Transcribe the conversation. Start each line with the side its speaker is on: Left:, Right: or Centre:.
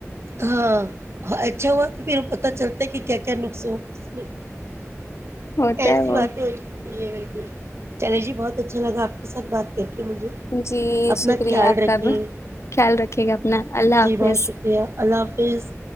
Right: ہاں اچاو تو پھر وہ پتہ چلتا ہے کہ کیا کیا نقصان اس میں
Left: ہوتا
Right: ایسی
Left: ہے وہ
Right: باتیں ہوگی یہ بالکل چلے جی بہت اچھا لگا آپ کے ساتھ بات کر کے مجھے
Left: جی
Right: اپنا
Left: شکریہ
Right: خیال
Left: آپ
Right: رکھیے
Left: کا خیال رکھے گا اپنا اللہ
Right: جی
Left: حافظ
Right: بہت شکریہ اللہ حافظ